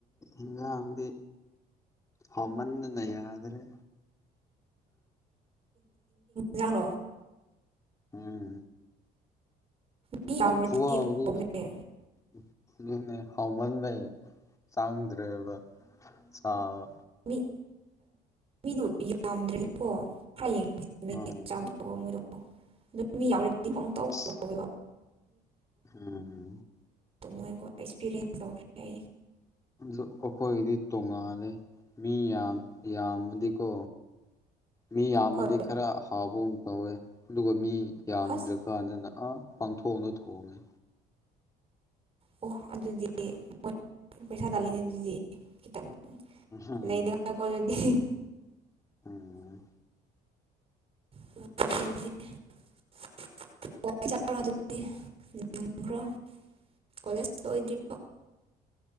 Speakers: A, on the left; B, on the right.
A: ꯏ ꯍꯗꯤ ꯍꯃꯟ ꯅꯗ꯭ꯔꯦ
B: ꯆꯥꯡꯔꯣ
A: ꯎꯝ
B: ꯃꯤ ꯌꯥꯝꯔꯗꯤ
A: ꯑꯈꯣꯋꯥꯗꯤ
B: ꯇꯧꯕꯅꯦ
A: ꯑꯗꯨꯅꯦ ꯍꯥꯎꯃꯟꯕꯩ ꯆꯥꯡꯗ꯭ꯔꯦꯕ ꯆꯕ
B: ꯃꯤ ꯃꯤꯗꯣ ꯌꯥꯝꯗ꯭ꯔꯗꯤꯀꯣ ꯈꯔ ꯌꯦꯡ
A: ꯑꯥ
B: ꯑꯣ ꯃꯣꯏꯗꯣ ꯑꯗꯨ ꯃꯤ ꯌꯥꯎꯔꯗꯤ ꯄ ꯇꯋꯦ
A: ꯑꯁ ꯎꯝ
B: ꯇꯧꯉꯥꯏ ꯑꯦꯛꯁꯄꯤꯔꯤꯌꯦꯟꯁ ꯇꯧꯈ꯭ꯔꯦ ꯑꯩ
A: ꯑꯗꯨꯖꯨ ꯑꯈꯣꯏꯒꯤꯗꯤ ꯇꯣꯡꯉꯥꯜꯂꯦ ꯃꯤ ꯌꯥꯝ ꯌꯥꯝꯃꯗꯤꯀꯣ ꯃꯤ ꯌꯥꯝꯃꯗꯤ
B: ꯍꯣꯏ
A: ꯈꯔ ꯍꯥꯎꯕꯒ ꯇꯧꯋꯦ ꯑꯗꯨꯒ ꯃꯤ ꯌꯥꯝꯗ꯭ꯔ
B: ꯍꯁ
A: ꯀꯥꯟꯗꯅ ꯑꯥ ꯄꯥꯡꯊꯣꯛꯅ ꯊꯣꯡꯉꯦ
B: ꯑꯣ ꯑꯗꯨꯗꯤ ꯃꯣꯏ ꯄꯩꯁꯥ ꯇꯥꯜꯂꯤꯅꯦ ꯑꯗꯨꯗꯤ ꯈꯤꯇꯪ
A: ꯎꯝ
B: ꯂꯩꯅꯦꯀꯥꯏꯀꯣ ꯑꯗꯨꯗꯤ
A: ꯎꯝ
B: ꯗꯤ ꯑꯗꯨꯗꯤ ꯈ꯭ꯔꯣ ꯀꯣꯂꯦꯖ ꯑꯣꯏꯗ꯭ꯔꯤ